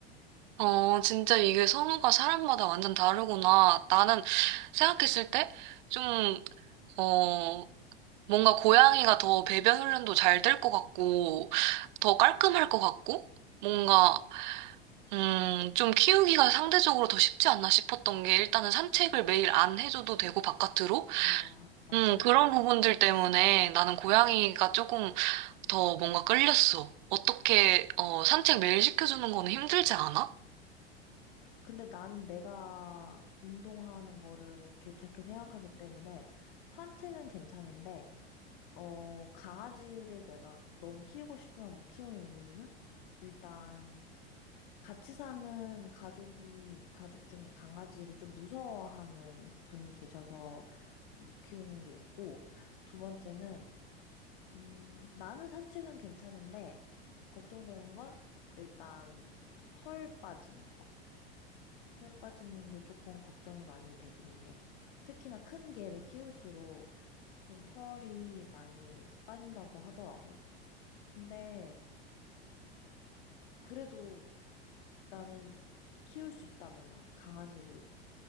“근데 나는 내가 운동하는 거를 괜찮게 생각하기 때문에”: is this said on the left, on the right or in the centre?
Left